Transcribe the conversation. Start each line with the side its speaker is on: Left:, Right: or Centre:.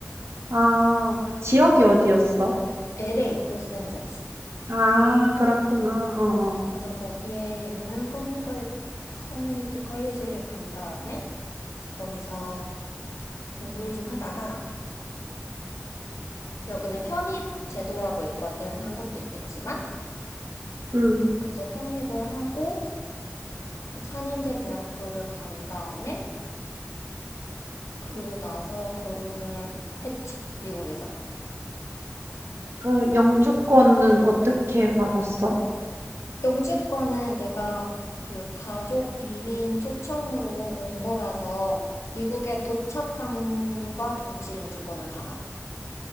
Right: 아, 지역이 어디였어?
Left: LA, 로스앤젤레스.
Right: 아, 그렇구나. 어,
Left: 어,
Right: 어.
Left: 그래서 거기에 있는 커뮤니컬- 커뮤니티 컬리지를 간 다음에 거기서 공부를 좀 하다가 여기는 편입 제도라고 있거든. 한국도 있겠지만.
Right: 음.
Left: 그래서 편입을 하고 그 4년제 대학교를 간 다음에 그리고 나서 결혼을 했지, 미국에서.
Right: 그 영주권은 어떻게 받았어?
Left: 영주권은 내가 그 가족 이민 초청으로 온 거라서 미국에 도착함과 동시에 영주권을 받아.